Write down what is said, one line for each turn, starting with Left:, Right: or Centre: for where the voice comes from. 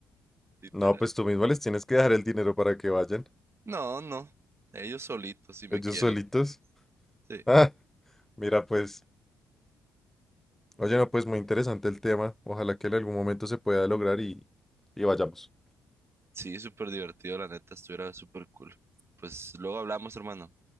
Right: literal.
Centre: No, pues tú mismo les tienes que dejar el dinero para que vayan.
Right: No, no. Ellos solitos si me
Centre: Ellos
Right: quieren.
Centre: solitos.
Right: Sí.
Centre: Ah, mira, pues. Oye, no, pues muy interesante el tema. Ojalá que en algún momento se pueda lograr y, y vayamos.
Right: Sí, súper divertido, la neta, estuviera súper cool. Pues luego hablamos, hermano.